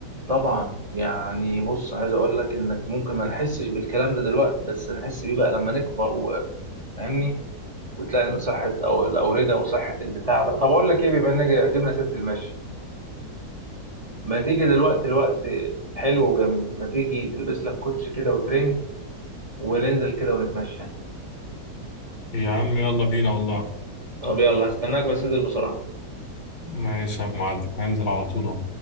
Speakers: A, on the right; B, on the left.
A: طبعا يعني بص عايز اقول لك انك ممكن ما نحسش بالكلام ده دلوقتي بس نحس بيه بقى لما نكبر وفاهمني وتلاقي ان صحة او الاوردة وصحة البتاع ده طب اقول لك ايه بما ان جبنا سيرة المشي ما تيجي دلوقتي الوقت حلو وجميل ما تيجي تلبس لك كوتش كده وترنج وننزل كده ونتمشى
B: يا عم يلا بينا والله
A: طب يلا هستناك بس انزل بسرعة
B: ماشي يا معلم هنزل على طول اهو